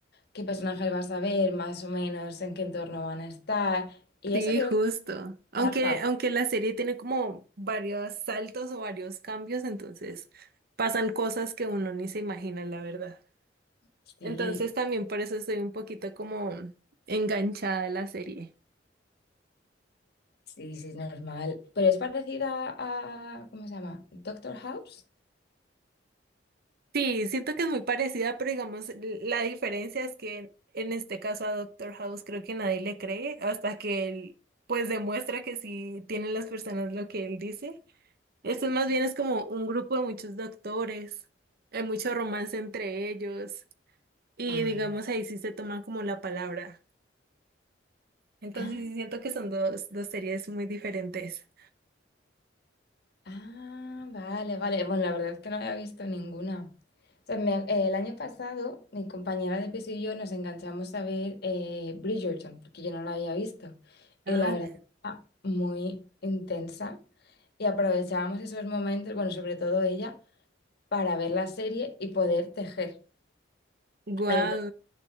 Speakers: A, on the left; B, on the right.
A: qué personajes vas a ver, más o menos en qué entorno van a estar. Y
B: Sí,
A: eso yo
B: justo.
A: creo que
B: Aunque,
A: trabaja.
B: aunque la serie tiene como varios saltos o varios cambios, entonces pasan cosas que uno ni se imagina, la verdad.
A: Sí,
B: Entonces también por eso estoy un poquito como enganchada a la serie.
A: sí, sí, es normal. Pero es parecida a, ¿cómo se llama? Doctor House.
B: Sí, siento que es muy parecida, pero digamos, l- la diferencia es que en, en este caso a Doctor House creo que nadie le cree hasta que él pues demuestra que sí tienen las personas lo que él dice. Esto más bien es como un grupo de muchos doctores, hay mucho romance entre ellos y
A: Ah,
B: digamos ahí sí se toman como la palabra. Entonces
A: ah,
B: sí siento que son dos, dos series muy diferentes.
A: ah, vale, vale. Bueno, la verdad es que no había visto ninguna. O sea, me ac- eh, el año pasado, mi compañera de piso y yo nos enganchamos a ver eh, Bridgerton, porque yo no la había visto.
B: Ah,
A: Y la verdad, era muy intensa. Y aprovechábamos esos momentos, bueno, sobre todo ella para ver la serie y poder tejer.
B: guau.
A: Entonces